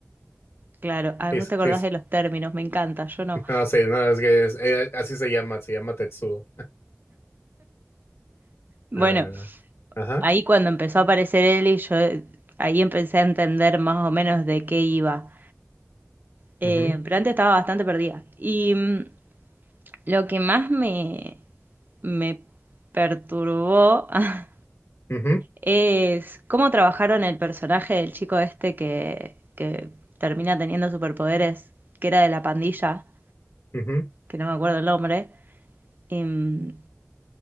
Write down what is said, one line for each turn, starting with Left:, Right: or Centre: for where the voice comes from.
Right: Claro, ah,
Left: Sí,
Right: vos te acordás
Left: sí, sí.
Right: de los términos, me encanta, yo no.
Left: No, sí, no, es que es- eh, así se llama, se llama Tetsuo.
Right: Bueno,
Left: Ah, ajá.
Right: ahí cuando empezó a aparecer él y yo ahí empecé a entender más o menos de qué iba. Eh,
Left: ujú,
Right: pero antes estaba bastante perdida. Y mm, lo que más me, me perturbó <laughs>
Left: ujú,
Right: es cómo trabajaron el personaje del chico este que, que termina teniendo superpoderes, que era de la pandilla,
Left: ujú,
Right: que no me acuerdo el nombre. Em,